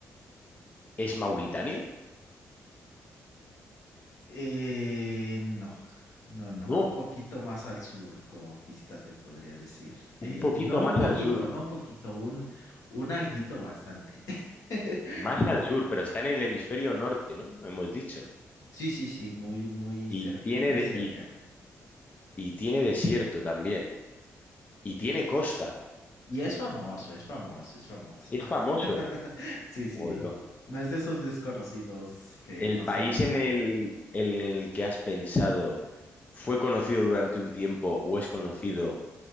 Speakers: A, on the left; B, on the left.
A: es Mauritania?
B: Eh, no, no, no,
A: No,
B: un poquito más al sur como pista te podría decir. Eh,
A: un poquito
B: no
A: más
B: un poquito,
A: al sur.
B: no un poquito, un, un alguito bastante. <laughs>
A: Más al sur, pero está en el hemisferio norte, ¿no? Hemos dicho.
B: Sí, sí, sí, muy, muy
A: Y
B: cerca,
A: tiene,
B: muy
A: de-
B: cerca.
A: y, y tiene desierto también. Y tiene costa.
B: Y es famoso, es famoso, es famoso.
A: Es famoso.
B: <laughs> Sí, sí.
A: Hola.
B: No es de esos desconocidos que
A: ¿El
B: no
A: país
B: se habla tanto.
A: en el, en el que has pensado fue conocido durante un tiempo o es conocido